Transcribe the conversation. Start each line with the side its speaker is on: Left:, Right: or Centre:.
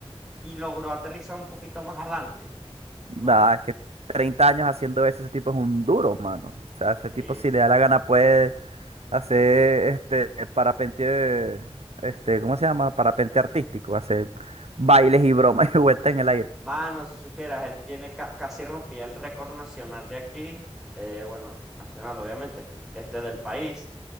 Centre: y logró aterrizar un poquito más adelante.
Right: Nah,
Centre: No,
Right: es que 30 años haciendo eso, ese tipo es un duro, mano. O sea, ese
Centre: sí
Right: tipo si
Centre: sí
Right: le da la gana puede hacer este parapente, este, ¿cómo se llama? Parapente artístico, hacer bailes y bromas <laughs> y vueltas
Centre: Sí.
Right: en el aire.
Centre: Mano, si supieras, él tiene ca- casi rompía el récord nacional de aquí, eh, bueno, nacional obviamente, este del país,